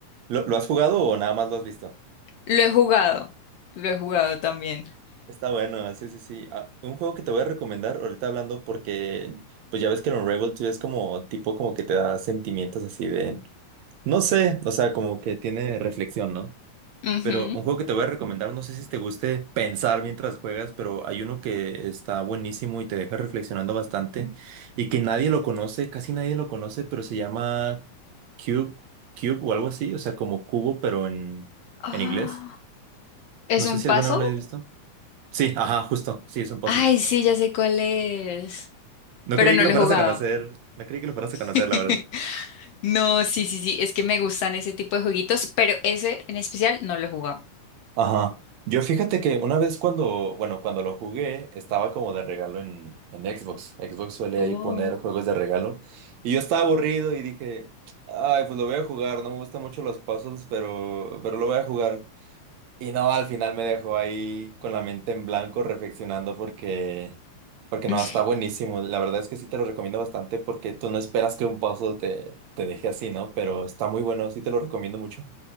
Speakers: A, on the right; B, on the left.
A: ¿Lo, lo has jugado o nada más lo has visto?
B: Lo he jugado, lo he jugado también.
A: Está bueno, sí, sí, sí. Ah, un juego que te voy a recomendar ahorita hablando porque pues ya ves que el Unravel 2 es como tipo como que te da sentimientos así de, no sé, o sea, como que tiene reflexión, ¿no?
B: Ujú.
A: Pero un juego que te voy a recomendar, no sé si te guste pensar mientras juegas, pero hay uno que está buenísimo y te deja reflexionando bastante y que nadie lo conoce, casi nadie lo conoce, pero se llama Cube, Cube o algo así, o sea, como cubo, pero en,
B: Ah,
A: en inglés.
B: ¿es
A: No sé
B: un
A: si
B: puzzle?
A: alguna vez lo has visto. Sí, ajá, justo, sí, es un puzzle.
B: Ay, sí, ya sé cuál es,
A: No
B: pero
A: creí
B: no
A: que
B: lo
A: lo fueras
B: he jugado.
A: a conocer, no creí que lo fueras a conocer,
B: <laughs>
A: la verdad.
B: No, sí, sí, sí, es que me gustan ese tipo de jueguitos, pero ese en especial no lo he jugado.
A: Ajá. Yo fíjate que una vez cuando, bueno, cuando lo jugué, estaba como de regalo en, en Xbox. Xbox suele
B: Oh.
A: ahí poner juegos de regalo. Y yo estaba aburrido y dije, ay, pues lo voy a jugar, no me gustan mucho los puzzles, pero, pero lo voy a jugar. Y no, al final me dejó ahí con la mente en blanco reflexionando porque, porque no,
B: <laughs>
A: está buenísimo. La verdad es que sí te lo recomiendo bastante porque tú no esperas que un puzzle te, te deje así, ¿no? Pero está muy bueno, sí te lo recomiendo mucho.